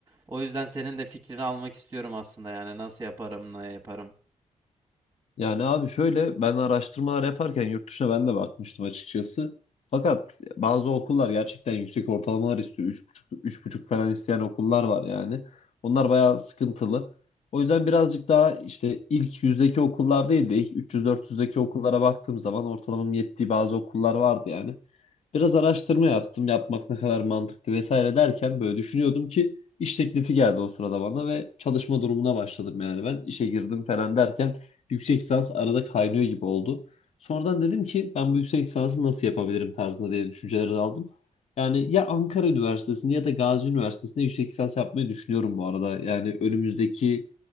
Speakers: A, on the right; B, on the left.
A: O yüzden senin de fikrini almak istiyorum aslında yani nasıl yaparım, ne yaparım.
B: Yani abi şöyle ben araştırmalar yaparken yurt dışına ben de bakmıştım açıkçası. Fakat bazı okullar gerçekten yüksek ortalamalar istiyor. Üç buçuk, üç buçuk falan isteyen okullar var yani. Onlar bayağı sıkıntılı. O yüzden birazcık daha işte ilk yüzdeki okullar değil de ilk 300-400'deki okullara baktığım zaman ortalamam yettiği bazı okullar vardı yani. Biraz araştırma yaptım. Yapmak ne kadar mantıklı vesaire derken böyle düşünüyordum ki iş teklifi geldi o sırada bana ve çalışma durumuna başladım yani ben. işe girdim falan derken yüksek lisans arada kaynıyor gibi oldu. Sonradan dedim ki ben bu yüksek lisansı nasıl yapabilirim tarzında diye düşünceler aldım. Yani ya Ankara Üniversitesi'nde ya da Gazi Üniversitesi'nde yüksek lisans yapmayı düşünüyorum bu arada. Yani önümüzdeki